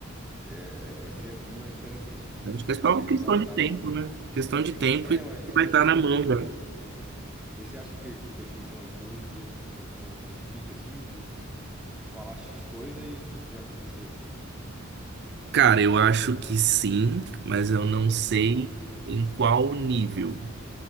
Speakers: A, in the centre; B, on the right.
A: É, seria bem mais interessante. Então, tipo,
B: acho que é só
A: a
B: uma
A: gente
B: questão
A: tá, tá
B: de tempo,
A: avançando.
B: né? Questão de tempo
A: É,
B: e
A: eu acho que é questão
B: vai estar
A: de
B: na
A: tempo
B: mão já.
A: e tudo mais. Daí você acha que, que daqui, sei lá, uns dois, três anos já tá nesse, nesse pique assim falar X coisa e isso já acontecer assim?
B: Cara, eu acho que sim, mas eu não sei
A: Aham,
B: em qual nível.